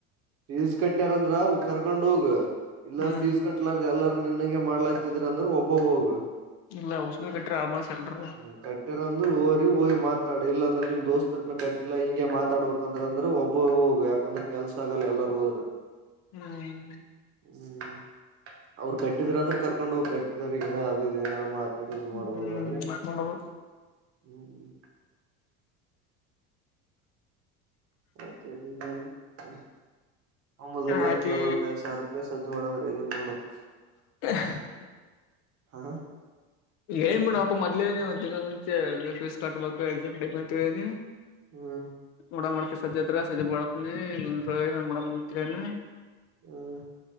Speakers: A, on the right; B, on the left.
A: ಫೀಸ್ ಕಟ್ಟ್ಯಾರಂದ್ರ ಕರ್ಕೊಂಡ್ ಹೋಗ ಇಲ್ಲ
B: ಹ್ಮ್
A: ಫೀಸ್ ಕಟ್ಲಾರ ಎಲ್ಲಾರ ನಿನಗೆ ಮಾಡ್ಲಾತಿದ್ರ ಅಂದ್ರೆ ಒಬ್ಬ ಹೋಗ್
B: ಇಲ್ಲ ಉಷಮೆ ಬಿಟ್ರ ಆಲ್ ಮೋಸ್ಟ ಎಲ್ರನ್ನು.
A: ಹ ಕಟ್ಟ್ಯರಂದ ಹಓರಿ ಹೋಗಿ ಮಾತಾಡಿ ಇಲ್ಲಾಂದ್ರೆ ನಿಮ್ ದೋಸ್ತರನ್ನ ಕಟ್ಟಿಲ್ಲಾ ಹಿಂಗೆ ಮಾತಾಡ್ಬೇಕ ಯಾಕಂದ್ರ ಅಂದ್ರೆ ಒಬ್ಬ ಹೋಗ ಯಾಕಂದ್ರೆ ಕೆಲ್ಸ <unintelligible> ಎಲ್ಲಾರ ಹೋದ್ರ
B: ಹ್ಮ್
A: ಹ್ಮ್. ಅವ್ರು ಕಟ್ಟಿದ್ರ ಅಂದ್ರೆ ಕರ್ಕೊಂಡ್ ಹೋಗಿ ಕಟ್ಟಿದ ಈಗಾ ಅದ ಇದ ಏನಾರ ಮಾತ <unintelligible> ಮಾಡ್ಬೋದ
B: ಹ್ಮ್
A: ಅಲ್ಲಿ
B: ಮತ್ ಮಾಡ್ಬೇಕು
A: ಹ್ಮ್. <unintelligible> <unintelligible>
B: ಆಯ್ತಿ
A: ಮಾಡಂದ್ರೆ ಎಲ್ಲಿ ಮಾಡೋಕ್.
B: <unintelligible>
A: ಹಾ.
B: ಏನ ಅಪ್ಪ ಮದ್ಲೇನಿ ಒಂದ ತಿಂಗಳ ಮುಂಚೆ ಫೀಸ್ ಕಟ್ಬೇಕು ಎಕ್ಸಾಮ್ ಡೇಟ್ ಅಂತನಿ.
A: ಹ್ಮ್.
B: ಮಡ ಮಾಡ್ತವಿ ಸದ್ಯತ್ರ ಸದ್ಯ ಮಾಡ್ತನಿ. <unintelligible>
A: ಹ್ಮ.